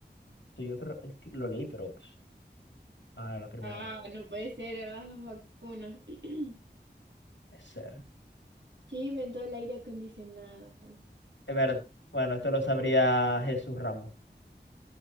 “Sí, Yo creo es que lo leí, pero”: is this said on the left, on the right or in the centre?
Left